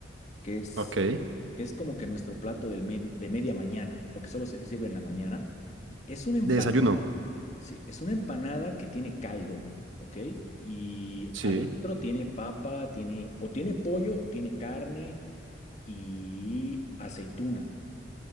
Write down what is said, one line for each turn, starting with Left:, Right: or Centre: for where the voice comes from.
Left: que es,
Right: Ok. De
Left: que es como que nuestro plato del medi- de media mañana, porque solo se te sirve en la mañana. Es una empanada,
Right: desayuno.
Left: sí, es una empanada que tiene caldo, ¿ok? Y
Right: Sí.
Left: adentro tiene papa, tiene, o tiene pollo, o tiene carne y aceituna.